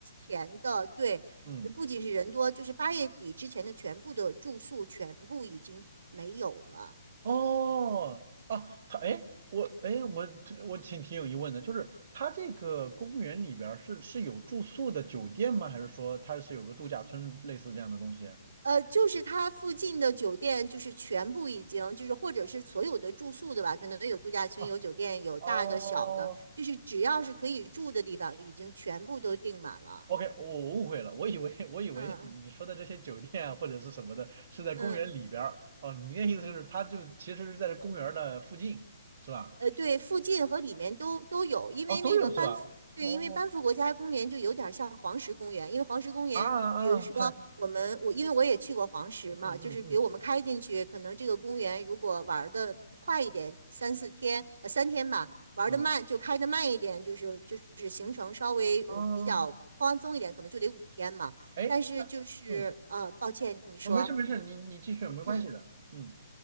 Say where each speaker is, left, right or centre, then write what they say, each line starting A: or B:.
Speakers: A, on the right; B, on the right.
A: 前的，对，
B: 嗯。
A: 呃不仅是人多，就是八月底之前的全部的住宿全部已经没有了。
B: 哦，啊，他哎，我哎，我我挺挺有疑问的，就是他这个公园里边儿是是有住宿的酒店吗？还是说它是有个度假村类似这样的东西？
A: 呃，就是它附近的酒店，就是全部已经，就是或者是所有的住宿的吧，可能有度假村、
B: 哦
A: 有酒店、有大的、
B: 哦
A: 小的，就是只要是可以住的地方，已经全部都订满了。
B: ，OK，我我误会了，我以为我以为你说的这些酒店啊或者是什么的是在公园里边儿，
A: 嗯嗯。嗯
B: 哦，你的意思就是它就其实是在这公园儿的附近是吧？
A: 呃，对，附近和里面都都有，因为那个班夫，
B: 哦，都有是吧？
A: 对，
B: 哦，
A: 因为班夫国家公园就有点像黄石公园，因为黄石公园，
B: 啊啊，
A: 比如说我们我因为我也去过黄石嘛，
B: 嗨，嗯嗯嗯
A: 就是比如我们开进去，可能这个公园如果玩的快一点，三四天，呃，三天吧，玩的慢就开的慢一点，
B: 嗯，
A: 就是就是行程稍微呃比较宽松一点，
B: 哦，
A: 可能就得五天嘛。
B: 哎。
A: 但是就是呃，
B: 那嗯
A: 抱歉，你说，
B: 哦，没事没事，你你继续，没关系的。
A: 嗯。
B: 嗯，